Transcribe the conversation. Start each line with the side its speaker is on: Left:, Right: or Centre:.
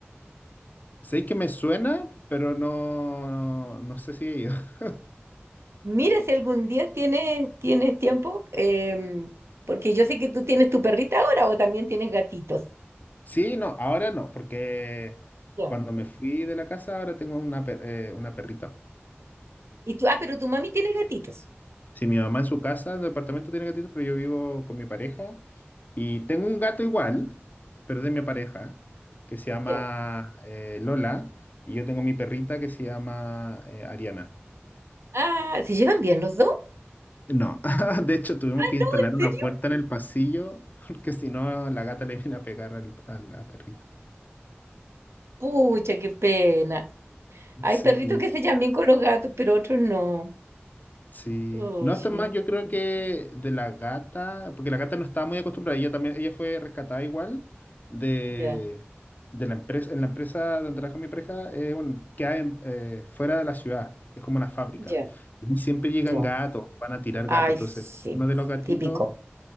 Left: Sé que me suena, pero no, no sé si ellos. <laughs>
Right: Mira si algún día tienes, tienes tiempo, em, porque yo sé que tú tienes tu perrita ahora o también tienes gatitos.
Left: Sí, no, ahora no, porque
Right: Ya.
Left: cuando me fui de la casa ahora tengo una, per- eh, una perrita.
Right: Y tú, ah, pero tu mami tiene gatitos.
Left: Si mi mamá en su casa, en el departamento tiene gatitos, pero yo vivo con mi pareja y tengo un gato igual, pero de mi pareja, que se llama
Right: Ya.
Left: eh, Lola, y yo tengo mi perrita que se llama eh, Ariana.
Right: Ah, ¿se llevan bien los dos?
Left: No, <laughs> de hecho tuvimos que instalar
Right: ¿En
Left: una
Right: serio?
Left: puerta en el pasillo porque si no la gata le viene a pegar al- a la perrita.
Right: Pucha, qué pena. Hay
Left: Sí.
Right: perritos que se llevan bien con los gatos, pero otros no.
Left: Sí.
Right: Pucha,
Left: No, esto es más, yo creo que de la gata, porque la gata no estaba muy acostumbrada, ella también, ella fue rescatada igual de,
Right: ya,
Left: de la empresa, en la empresa donde trabaja mi pareja, eh, un- que hay en- eh, fuera de la ciudad, es como una fábrica.
Right: ya,
Left: Y siempre llegan
Right: ya.
Left: gatos, van a tirar
Right: Ay,
Left: gatos, entonces
Right: sí,
Left: uno de los Sí. gatitos,
Right: típico.